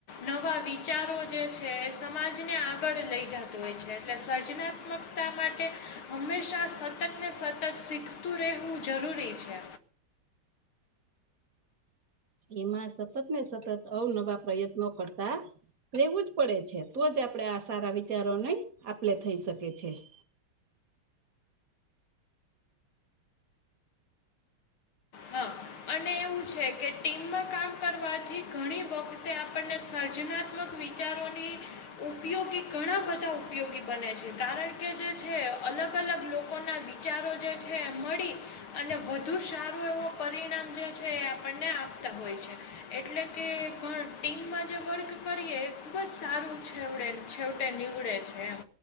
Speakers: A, on the left; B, on the right.
A: નવા વિચારો જે છે એ સમાજને આગળ લઈ જતો હોય છે એટલે સર્જના ત્મકતા માટે હંમેશાં સતત ને સતત શીખતું રહેવું જરૂરી છે
B: એમાં સતત ને સતત અવનવા પ્રયત્નો કરતા રેવું જ પડે છે તો જ આપડે આ સારા વિચારોને નઈ આપલે થઈ શકે છે <inaudible>
A: હા અને એવું છે કે ટીમમાં કામ કરવાથી ઘણી વખતે આપણને સર્જનાત્મક વિચાર ઓની ઉપયોગી ઘણા બધા ઉપયોગી બને છે કારણ કે જે છે અલગ અલગ લોકોના વિચારો જે છે એ મળી અને વધુ સારું એવું પરિણામ જે
B: <inaudible>
A: આપને આપતા હોય છે એટલે કે ઘ ટીમમાં જે વર્ક કરીએ એ ખૂબ જ સારો છેવડે છેવટે નીવડે છે એમ